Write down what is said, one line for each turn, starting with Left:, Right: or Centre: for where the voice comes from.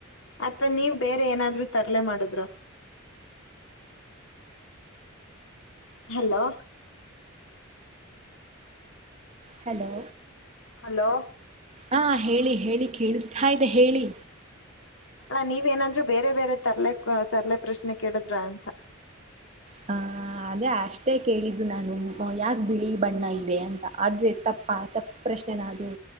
Left: ಅತ್ತ ನೀವ್ ಬೇರೆ ಏನಾದ್ೂ ತರಲೆ ಮಾಡುದ್ರ ಹಲೋ
Right: ಹಲೋ
Left: ಹಲೋ
Right: ಹಾ ಹೇಳಿ ಹೇಳಿ ಕೇಳಿಸ್ತಾ ಇದೆ ಹೇಳಿ
Left: ಅ ನೀವೇನಾದ್ರು ಬೇರೆ ಬೇರೆ ತರ್ಲೆ ತರ್ಲೆ ಪ್ರಶ್ನೆ ಕೇಳಿದ್ರ ಅಂತ
Right: ಹಾ ಆದೇ ಅಷ್ಟೇ ಕೇಳಿದ್ದು ನಾನು ಯಾಕೆ ಬಿಳಿ ಬಣ್ಣ ಇದೆ ಅಂತ ಆದ್ರೆ ತಪ್ಪ ತಪ್ಪ ಪ್ರಶ್ನೆನದು